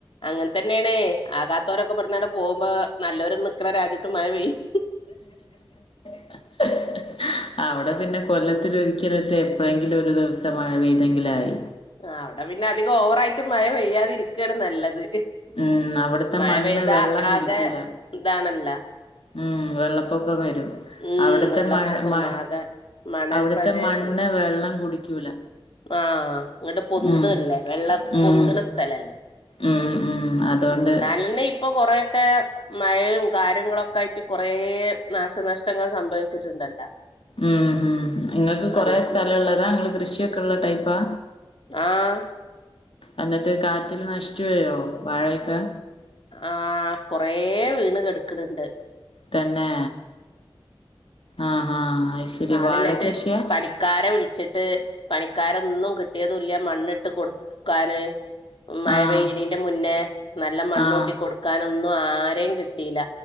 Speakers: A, on the left (about 70°); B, on the left (about 85°).
A: അങ്ങനെതന്നെയണേ ആകാത്തവരൊക്കെ ഇവിടുന്നങ്ങട് പോകുമ്പോ നല്ലൊരു നിക്കുന്ന രാജ്യത്ത് മഴ പെയ്യും
B: <unintelligible> അവിടെ പിന്നെ കൊല്ലത്തിലൊരിക്കലറ്റെ എപ്പഴെങ്കിലും ഒരു ദിവസം മഴപൈ ത തെങ്കിലയി
A: ആ അവിടെ പിന്നെ അധികം ഓവറായിട്ട് മഴ പെയ്യാതിരിക്കണ് നല്ലത്
B: ഉം അവിടുത്തെ
A: മഴ
B: മണ്ണ്
A: പെയ്താ
B: വെള്ളം കുടിക്കൂല
A: ആകെ ഇതാണല്ല
B: ഉം വെള്ളപ്പൊക്കവരും
A: ഉം
B: അവിടുത്തെ
A: വെള്ളപ്പൊക്കം
B: മഴ മ
A: ആകെ മണൽ
B: അവിടുത്തെ
A: പ്രദേശല്ലേ
B: മണ്ണ് വെള്ളം കുടിക്കൂല
A: ആഹ് ഇങ്ങട്ട് പൊന്തല്ലേ
B: ഉം
A: വെള്ള
B: ഉം
A: പൊന്തണ സ്ഥലല്ലേ
B: ഉം ഉം. അതോണ്ട്
A: ഉം ന്നാലന്നെഇ ഇപ്പൊ കൊറൊക്കെ മഴയും കാര്യങ്ങളൊക്കെ ആയിട്ട് കുറ നാശനഷ്ട ഷ്ടങ്ങൾ സംഭവിച്ചിട്ടുണ്ടല്ലോ
B: ഉംഉം ങ്ങൾക്ക് കൊറെ
A: അതീ
B: സ്ഥല
A: കൂടി
B: ഉള്ളതാ നിങ്ങൾ കൃഷിയൊക്കെള്ള ടൈപ്പാ
A: ആഹ്
B: എന്നിട്ട് കാറ്റിൽ നഷിച്ച് വീഴോ വാഴയൊക്കെ.
A: ആഹ് കൊറേ വീണ് കെട്ക്ക്ണണ്ട്.
B: തന്നെ ആഹ് ആഹ് അയ് ശരി
A: ആളില്ലായിട്ട്
B: വാഴ കൃഷിയാ.
A: പണിക്കാരെ വിളിച്ചിട്ട് പണിക്കാരൊന്നും കിട്ടിയതുല്ല മണ്ണിട്ട് കൊടുക്കാന്. മഴപെഴിണീന്റെ
B: ആഹ്
A: മുന്നേ നല്ല മണ്ണൂട്ടി
B: ആഹ്
A: കൊടുക്കാനൊന്നും ആരെയും കിട്ടിയില്ല.